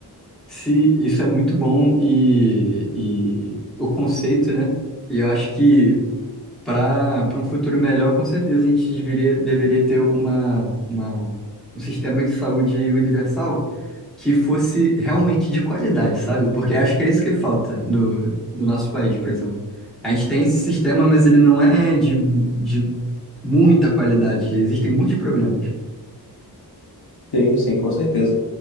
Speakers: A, in the centre; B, on the left (about 65°).
A: Se isso é muito bom e, e o conceito, né? E eu acho que para para um futuro melhor, com certeza a gente deveria, deveria ter uma, uma- um sistema de saúde universal que fosse realmente de qualidade, sabe? Porque acho que é isso que falta no, no nosso país, por exemplo. A gente tem esse sistema, mas ele não é de, de muita qualidade. Existem muitos problemas.
B: Sim, sim, com certeza.